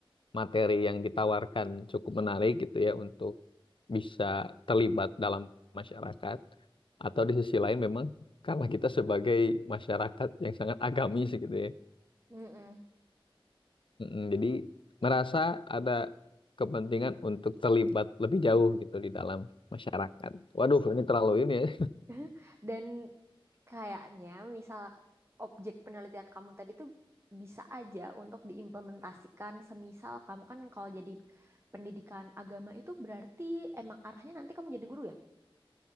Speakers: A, on the left; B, on the right.
A: materi yang ditawarkan cukup menarik gitu ya untuk bisa terlibat dalam masyarakat atau di sisi lain memang karena kita sebagai masyarakat yang sangat agamis gitu ya.
B: Mm-mm.
A: Mm, jadi merasa ada kepentingan untuk terlibat lebih jauh gitu di dalam masyarakat. Waduh, ini terlalu ini ya.
B: <laughs> Dan Kayaknya misal objek penelitian kamu tadi tuh bisa aja untuk diimplementasikan semisal kamu kan kalau jadi pendidikan agama itu berarti emang arahnya nanti kamu jadi guru ya?